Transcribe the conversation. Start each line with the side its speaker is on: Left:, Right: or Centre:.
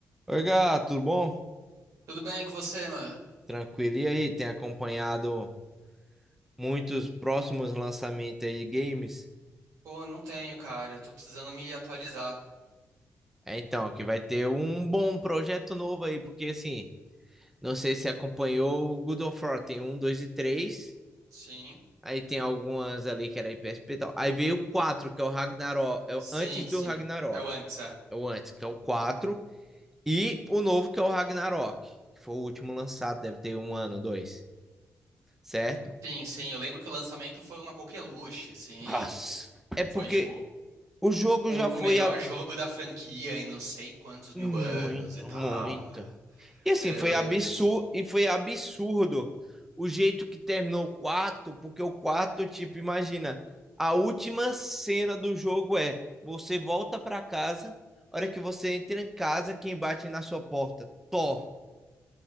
Centre: Oi, gato, tudo bom?
Right: Tudo bem com você, mano?
Centre: Tranquilo. E aí, tem acompanhado muitos próximos lançamentos aí de games?
Right: Pô, não tenho, cara. Eu tô precisando me atualizar.
Centre: É, então, que vai ter um bom projeto novo aí, porque assim, não sei se acompanhou o God of War, tem um, dois e três.
Right: Sim.
Centre: Aí tem algumas ali que era PSP e tal. Aí veio o 4 que é o Ragnarok, é o
Right: Sim,
Centre: antes
Right: sim.
Centre: do Ragnarok.
Right: É o antes, é.
Centre: É o antes, que é o 4 e o novo que é o Ragnarok, que foi o último lançado, deve ter um ano, dois, certo?
Right: Sim, sim. Eu lembro que o lançamento foi uma coqueluche, sim.
Centre: Nossa. É porque
Right: Foi, tipo,
Centre: O jogo
Right: o,
Centre: já foi
Right: o melhor
Centre: a-
Right: jogo da franquia em não sei quantos mil
Centre: muito,
Right: anos e tal.
Centre: muito.
Right: É,
Centre: E assim,
Right: É,
Centre: foi
Right: eu lembro
Centre: absurdo,
Right: disso.
Centre: e foi absurdo o jeito que terminou o quarto, porque o quarto, tipo, imagina, a última cena do jogo é você volta pra casa, a hora que você entra em casa, quem bate na sua porta? Thor.